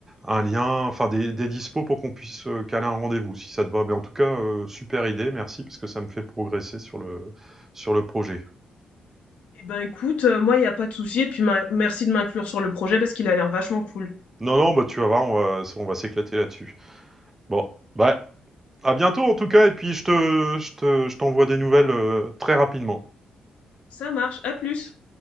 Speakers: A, on the right; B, on the left.
A: un lien, enfin des des dispos pour qu'on puisse, heu, caler un rendez-vous si ça te va. Mais en tout cas, heu, super idée, merci parce que ça me fait progresser sur le sur le projet.
B: Eh ben écoute, euh, moi il n'y a pas de souci, et puis ma- merci de m'inclure sur le projet parce qu'il a l'air vachement cool.
A: Non, non, bah, tu vas voir, on va on va s'éclater là-dessus. Bon, bah, à bientôt en tout cas et puis je te je te je t'envoie des nouvelles, heu, très rapidement.
B: Ça marche, à plus.